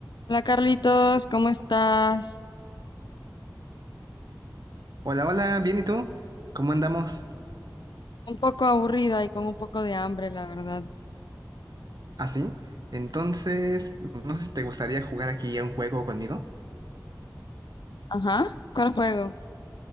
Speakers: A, on the left (about 85°); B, on the right (about 60°).
A: Hola Carlitos, ¿cómo estás?
B: Hola, hola, bien, ¿y tú? ¿Cómo andamos?
A: Un poco aburrida y con un poco de hambre, la verdad.
B: ¿Así? Entonces, no sé si te gustaría jugar aquí a un juego conmigo.
A: Ajá, ¿cuál juego?